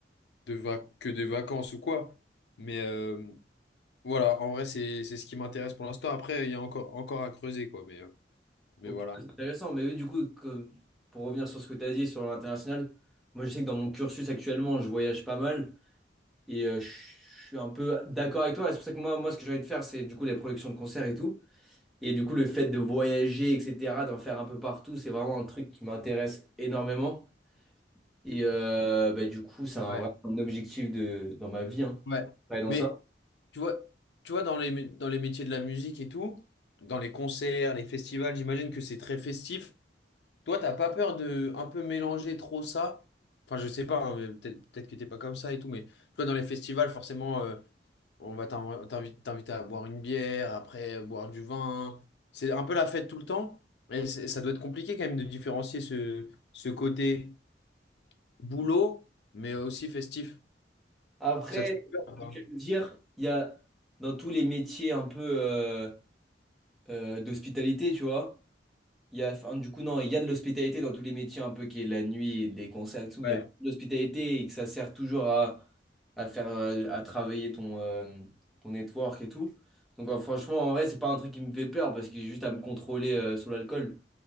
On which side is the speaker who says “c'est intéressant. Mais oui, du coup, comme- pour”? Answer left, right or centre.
Centre